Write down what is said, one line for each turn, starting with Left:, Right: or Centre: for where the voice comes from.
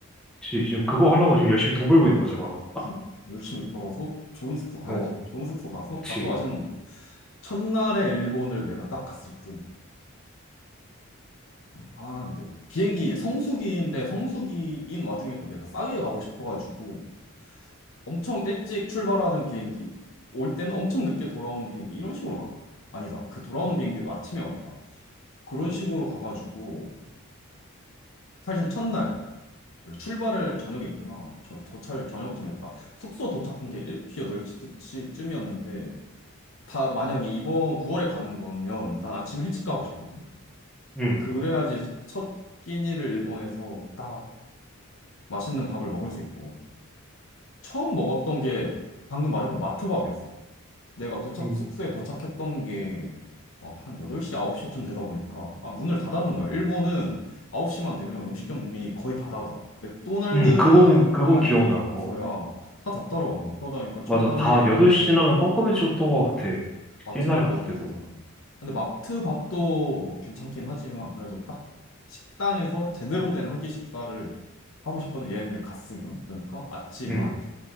Centre: 그치, 지금 그거 하려고 지금 열심히 돈 벌고 있는 거잖아.
Left: 그니까. 열심히 벌어서 좋은 숙소 가야지.
Centre: 어,
Left: 좋은 숙소 가서
Centre: 그치.
Left: 밥도 맛있는 거. 고 첫날에 일본을 내가 딱 갔을 때, 아, 네. 비행기 성수기인데 성수기인 와중에도 내가 싸게 가고 싶어가지고 엄청 일찍 출발하는 비행기, 올 때는 엄청 늦게 돌아오는 비행기 이런 식으로 가. 아니다. 그 돌아오는 비행기도 아침에 왔다. 그런 식으로 가가지고 사실 첫날 출발을 저녁에 했구나. 저, 도착을 저녁쯤 했다. 숙소 도착한 게 7시, 8시쯤이었는데 다 만약에 이번 9월에 가는 거면 난 아침 일찍 가고 싶거든.
Centre: 응,
Left: 그래야지 첫 끼니를 일본에서 딱 맛있는 밥을 먹을 수 있고. 처음 먹었던 게 방금 말했던 마트밥이었어. 내가 도착,
Centre: 응,
Left: 숙소에
Centre: 응.
Left: 도착했던 게 막 한 8시, 9시쯤 되다 보니까, 아, 문을 닫았는 거예요. 일본은 9시만 되면 음식점 문이 거의 다 닫아. 맥도날드
Centre: 응, 그거는, 그건
Left: 아니고서야
Centre: 기억나. 어,
Left: 다 닫더라고. 그러다니까 첫날에
Centre: 맞아. 다 8시 지나면 깜깜해졌던 것 같아.
Left: 마트밥
Centre: 옛날에 갔을
Left: 먹게
Centre: 때도.
Left: 되더라. 근데 마트밥도 괜찮긴 하지만, 그래도 딱 식당에서 제대로 된 한 끼 식사를 하고 싶거든, 여행을 갔으면. 그러니까 아침
Centre: 응,
Left: 한